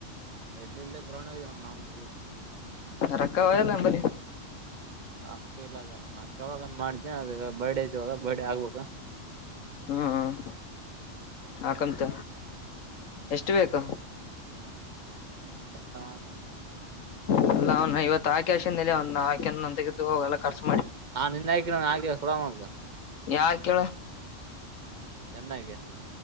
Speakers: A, on the right; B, on the left.
A: ಎಲ್ಲಲ್ಲಿ ಇಲ್ಲೇ ಗ್ರೌಹಣ ಹೋಗಣ ನಾನು ಕಲಿ
B: ರಕ್ಕಾವಲ್ಲ ಬ
A: ಅಕ್ಕ ಇಲ್ಲ ಅದ ಅಪ್ಪ ನಾ ಅ ಕೆವಾಗ ಮಾಡ್ದೆ ಅದ ಬರ್ಡೇ ಇದಐ್ದವಾಗ ಬರ್ಡೇ ಆಗ್ಬೇಕ
B: ಹ್ಮ್ ಹಕಂತ ಎಷ್ಟು ಬೇಕು
A: ಎಷ್ಟ
B: ಹಲ್ಲ ಅವ್ ಇವತ್ ಆಕೆ ಆಶಿಂದ ಅವ್ನ ಆಾಕೆ ತೆಗೆದುು ಹೋಗ ಎಲ್ಲಾಖರ್ಚ
A: ಹಾ ನಿನ್ನೆ ಆ್ಕನ ಆಾಕುಲಂತ
B: ಯಾ ಕೇಳ
A: ಚನ್ನಾಗ